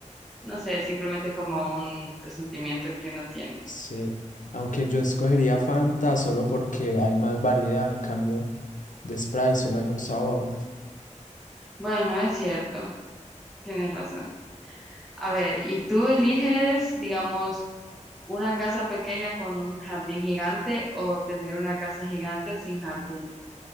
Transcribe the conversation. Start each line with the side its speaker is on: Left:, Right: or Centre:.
Centre: no sé, simplemente es como un presentimiento que uno tiene.
Left: Sí, aunque yo escogería Fanta solo porque hay más variedad, en cambio de Sprite solo hay un sabor.
Centre: Bueno, es cierto, tienes razón. A ver, ¿y tú eliges, digamos, una casa pequeña con un jardín gigante o tener una casa gigante sin jardín?